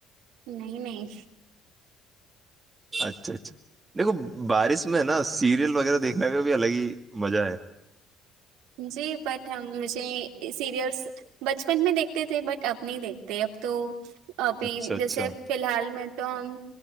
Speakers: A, on the right; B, on the right.
A: نہیں نہیں
B: اچھا اچھا دیکھو بارش میں ہے نا سیریل وغیرہ دیکھنے کا بھی الگ ہی مزہ ہے
A: جی بٹ ہم مجھے سیریلس بچپن میں دیکھتے تھے بٹ اب نہیں دیکھتے اب تو <inaudible> ابھی
B: اچھا اچھا
A: جیسے فی الحال میں تو ہم